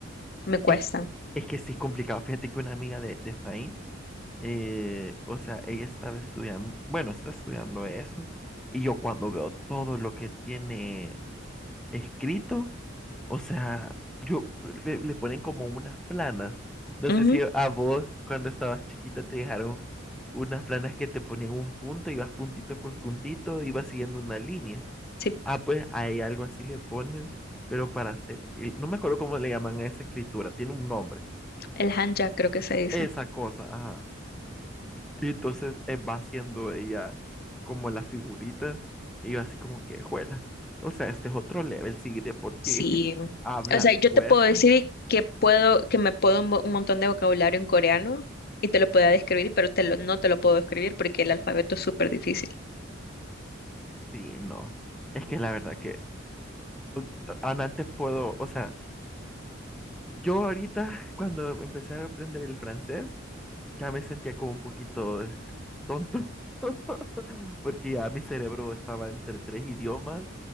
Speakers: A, on the left; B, in the centre.
A: me cuestan.
B: Es, es que sí es complicado. Fíjate que una amiga de, de Efraín, eh, o sea, ella estaba estudiando, bueno, está estudiando eso, y yo cuando veo todo lo que tiene escrito, o sea, yo le, le ponen como unas planas. No
A: Ujú,
B: sé si a vos cuando estabas chiquita te dejaron unas planas que te ponían un punto, ibas puntito por puntito, ibas siguiendo una línea.
A: Sí,
B: Ah, pues hay algo así le ponen, pero para hacer, y no me acuerdo cómo le llaman a esa escritura, tiene un nombre,
A: el hanja creo que se dice.
B: esa cosa, ajá. Y entonces eh, va haciendo ella como las figuritas, y yo así como que, juela. O sea, este es otro level, sí, de por sí
A: Sí.
B: <laughs> hablar
A: O sea, yo
B: cuesta.
A: te puedo decir que puedo, que me puedo un, mo- un montón de vocabulario en coreano y te lo puedo describir, pero te lo, no te lo puedo describir porque el alfabeto es súper difícil.
B: Sí, no. Es que la verdad que u- aún antes puedo, o sea, yo ahorita cuando empecé a aprender el francés, ya me sentía como un poquito tonto, <laughs> porque ya mi cerebro estaba entre tres idiomas